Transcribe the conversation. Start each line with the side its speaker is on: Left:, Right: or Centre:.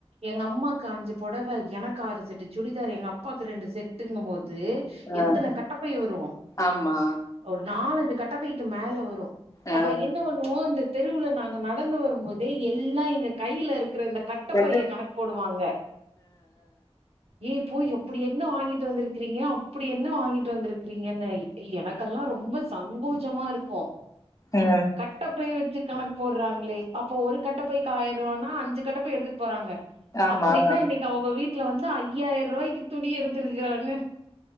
Right: எங்க அம்மாக்கு அஞ்சு பொடவ எனக்கு ஆறு செட்டு சுடிதார் எங்க அப்பாக்கு ரெண்டு செட்டுங்க போ து
Left: அ,
Right: எத்தன கட்டப்பை வரும்
Left: ஆமா.
Right: ஒரு நாலஞ்சு கட்டப்பை க்கு மேல வரு
Left: ஆ.
Right: அப்ப என்ன பண்ணுவோ இந்த தெருவுல நாங்க நடந்து வரும்போதே எல்லா எங்க கையிலரு க்குற இந்த கட்டப்பைய
Left: அ,
Right: கணக் போடுவாங்க ஈ போய் அப்புடி என்ன வாங்கிட்டு வந்துருக்கிறீங்க அப்புடி என்ன வாங்கிட்டு வந்துருக்றீங்கன்னு எனக்கெல்லா ரொம்ப சங்கூஜமா இருக்கு
Left: அ, அ,
Right: கட்டப்பை வச்சு கணக் போர்றாங்ளே அப்ப ஒரு கட்ட பைக்கு ஆயரூவான்னா அஞ்சு கட்ட பை எடுத்துட் போறாங்க
Left: ஆமா.
Right: அப்புடினனா இன்னைக்கி அவுங்க வீட் ல வந்து ஐயாயருவாய்க்கு துணி எடுத்துருக்குறாங்க